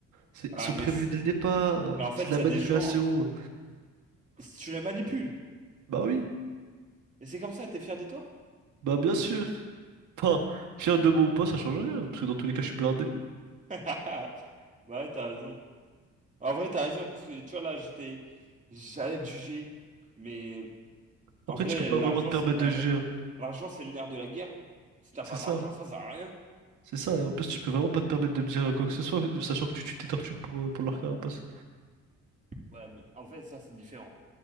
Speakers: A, on the right; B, on the right.
A: C'est-
B: Ah,
A: Ils sont
B: mais,
A: prévenus
B: c-
A: dès le départ.
B: mais en fait,
A: C'est de la
B: il y
A: manipulation.
B: a des gens, tu les manipules.
A: Bah oui,
B: Et c'est comme ça, t'es fier de toi?
A: bah bien sûr. Enfin, fier de moi ou pas, ça change rien. Parce que dans tous les cas, je suis blindé.
B: <laughs> Ouais, t'as raison. En vrai, t'as raison, parce que tu vois, là, j'étais. J'allais te juger, mais en
A: Après,
B: vrai,
A: tu peux pas
B: l'argent,
A: vraiment te permettre
B: c'est le nerf,
A: de juger. hein.
B: L'argent, c'est le nerf de la guerre. hein. Si t'as
A: C'est
B: pas
A: ça.
B: d'argent, ça sert à rien.
A: C'est ça. Et en plus, tu peux vraiment pas te permettre de me dire quoi que ce soit, sachant que tu tues tes tortues pour, euh, pour leur carapace.
B: Ouais, mais en fait, ça, c'est différent.